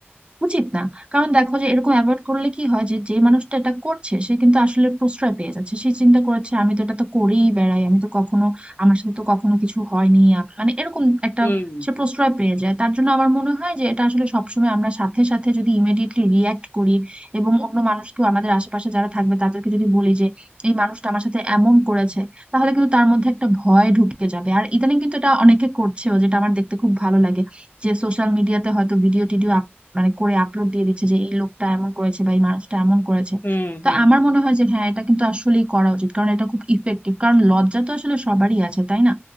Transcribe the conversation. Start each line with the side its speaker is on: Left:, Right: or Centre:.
Right: উচিত না কারণ দেখো যে এরকম অ্যাভয়েড করলে কি হয় যে যে মানুষটা এটা করছে সে কিন্তু আসলে প্রশ্রয় পেয়ে যাচ্ছে সে চিন্তা করেছে আমি তো এটা তো করেই বেড়াই আমি তো কখনো আমার সাথে তো কখনো কিছু হয়নি আম- মানে এরকম একটা
Left: হুম
Right: সে প্রশ্রয় পেয়ে যায় তার জন্য আমার মনে হয় যে এটা আসলে সবসময় আমরা সাথে সাথে যদি ইমিডিয়েটলি রিয়াক্ট করি এবং অন্য মানুষকেও আমাদের আশেপাশে যারা থাকবে তাদেরকে যদি বলি যে এই মানুষটা আমার সাথে এমন করেছে তাহলে কিন্তু তার মধ্যে একটা ভয় ঢুকে যাবে আর ইদানিং কিন্তু এটা অনেকে করছেও যেটা আমার দেখতে খুব ভালো লাগে যে সোশ্যাল মিডিয়াতে হয়তো ভিডিও টিডিও মানে করে আপলোড দিয়ে দিচ্ছে যে এই লোকটা এমন করেছে বা এই মানুষটা এমন করেছে
Left: হুম
Right: তো
Left: হুম
Right: আমার মনে হয় যে হ্যাঁ এটা কিন্তু আসলেই করা উচিত কারণ এটা খুব ইফেক্টিভ কারণ লজ্জা তো আসলে সবারই আছে তাই না